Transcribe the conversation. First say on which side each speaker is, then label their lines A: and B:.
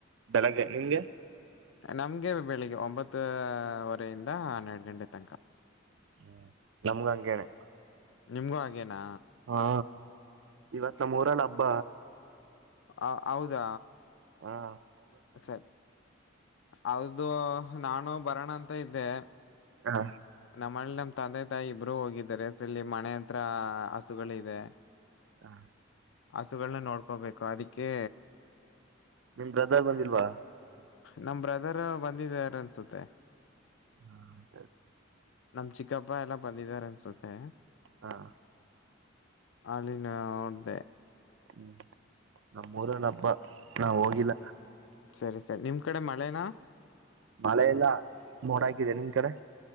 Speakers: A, on the right; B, on the left.
A: ಬೆಳಗ್ಗೆ ನಿಮ್ಗೆ
B: ನಮ್ಗೆ ಬೆಳಿಗ್ಗೆ ಒಂಬತ್ತ ವರೆಯಿಂದ ಹನ್ನೆರಡು ಗಂಟೆ ತನಕ
A: ಹ ನಮ್ಗೂ ಹಂಗೇನೆ
B: ನಿಮ್ಗೂ ಹಾಗೇನಾ
A: ಹಾ ಇವತ್ ನಮ್ಮ ಮೂರಲ್ಲ ಹಬ್ಬ
B: ಹ ಹೌದಾ
A: ಹಾ
B: ಸರಿ ಅದು ನಾನು ಬರೋಣ ಅಂತ ಇದ್ದೆ
A: ಹಾ
B: ನಮ್ಮಲ್ಲಿಿ ನಮ್ ತಂದೆ ತಾಯಿ ಇಬ್ಬರುೂ ಹೋಗಿದ್ದಾರೆ ಸ ಇಲ್ಲಿ ಮನೆ ಹತ್ರ ಹಸುಗಳದೆ
A: ಹಾ
B: ಹಸುಗಳನ್ನ ನೋಡ್ಕೋಬೇಕು ಅದಕ್ಕೆ
A: ನಿಮ್ ಬ್ರದರ್ ಬಂದಿಲ್ವಾ
B: ನಮ್ ಬ್ರದರ್ ಬಂದಿದಾರ ಅನ್ಸುತ್ತೆ
A: ಹಾ ಅತ
B: ನಮ್ ಚಿಕ್ಕಪ್ಪ ಎಲ್ಲಾ ಬಂದಿದ್ದಾರೆ ಅನ್ಸುತ್ತೆ
A: ಹಾ
B: ಅಲ್ಲಿಿನ ನೋಡ್ದೆ
A: ಹೂ ನಮ್ಮ ಊರಲ್ಲಿ ಹಬ್ಬ ನಾನ್ ಹೋಗಿಲ್ಲ
B: ಸರಿ ಸರಿ ನಿಮ್ ಕಡೆ ಮಳೇನಾ
A: ಮಳೆ ಇಲ್ಲ ಮೋಡಾಕಿದೆ ನಿಮ್ ಕಡೆ